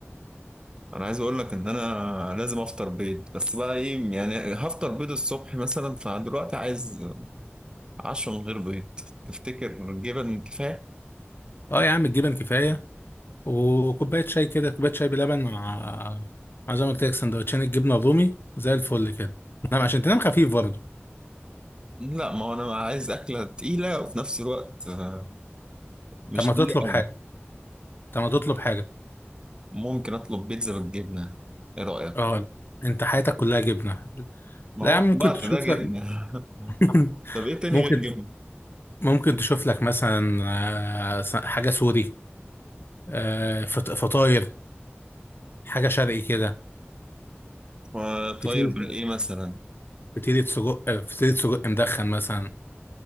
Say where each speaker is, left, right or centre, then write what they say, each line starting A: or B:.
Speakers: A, on the right (about 20°); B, on the left (about 55°).
A: انا عايز اقول لك ان انا لازم افطر بيض بس بقى ايه يعني هفطر بيض الصبح مثلا فدلوقتي عايز عشرة من غير بيض تفتكر جبن كفاية؟
B: اه يا عم الجبن كفايه وكوبايه شاي كده كوبايه شاي بلبن مع مع زي ما قلت لك سندوتشين الجبنه الرومي زي الفل كده نعم عشان تنام خفيف برضه
A: لا ما هو أنا عايز أكلة تقيلة وفي نفس الوقت آه، مش
B: طب ما
A: تقيلة
B: تطلب
A: أوي
B: حاجه طب ما تطلب حاجه
A: ممكن أطلب بيتزا بالجبنة إيه رأيك؟
B: اه انت حياتك كلها جبنه
A: ما
B: لا
A: هو
B: يا عم ممكن
A: في الوقت
B: تشوف
A: ده جبنة
B: لك
A: <laughs>
B: <laughs>
A: طب إيه تاني
B: ممكن
A: غير جبنة؟
B: ممكن تشوف لك مثلا آه، حاجه سوري آه، فط- فطاير حاجه شرقي كده
A: آه، طاير
B: فطير
A: بالإيه مثلا؟
B: فطيره سجق فطيره سجق مدخن مثلا